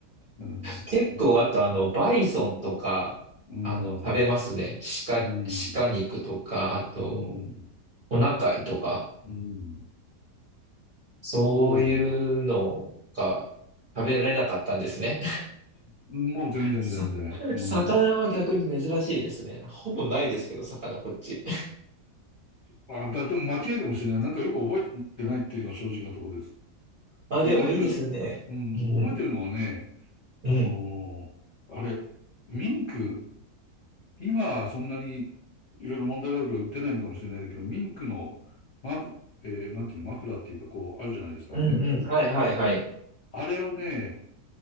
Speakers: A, on the left; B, on the right.
A: うん。
B: 結構、
A: うん。
B: あと、あの、バイソンとか、
A: うん。
B: あの、食べますね。鹿、
A: うん。
B: 鹿肉とか、あと、
A: うん。
B: お腹いとか、
A: うん
B: そういうのが
A: そうなんだ。
B: 食べられなかったんですね。
A: もう全然全然。
B: さ、
A: うん。
B: 魚は逆に珍しいですね。ほぼないですけど、魚こっち。
A: あ、だ、でも間違いかもしれない。なんかよく覚えてないっていうのは正直なところです。
B: あ、
A: 覚えてる、
B: でもいいですね。
A: うん、
B: うん。
A: 覚えてるのはね、
B: うん。
A: あのーあれ、ミンク今はそんなにいろいろ問題があるから売ってないのかもしれないけど、ミンクのマフ、えーなんていうの、マフラーっていうかこうあるじゃないですか、
B: うんうん。
A: ミンク。
B: はいはいはい。
A: あれをね、